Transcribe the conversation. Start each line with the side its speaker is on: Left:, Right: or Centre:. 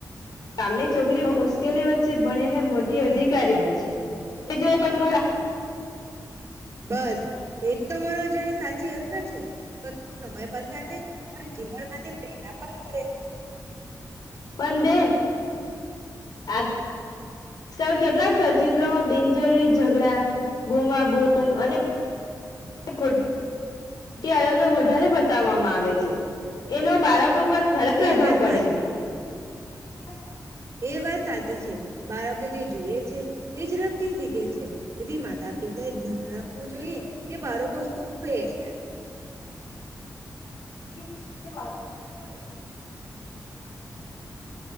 Left: ગામની છોકરીઓ મુશ્કેલી વચ્ચે ભણીને મોટી અધિકારી બને છે એ જો પણ તમારા.
Right: બસ એજ તો મનોરંજન ની સાચી અસર છે સમય પસાર નહી અને જીવનમાંથી પ્રેરણા પણ કરે.
Left: પણ બે. આ આજકાલ કેટલાક ચલચિત્રોમાં બિનજરૂરી ઝઘડા બૂમા બૂમ અને કો અત્યારે તો વધારે બતાવવામાં આવે છે એનો બાર ઉપ ખરાબ પ્રભાવ
Right: એ વાત
Left: પડે
Right: સાચી
Left: છે. <unintelligible>
Right: એ વાત સાચી છે. બાળકે જે જુએ છે એ ઝડપથી શીખે છે તેથી માતા પિતા એ ધ્યાન રાખવું જોઈએ કે બાળકો શું જુએ છે.
Left: <unintelligible>
Right: હોય એટલે બધા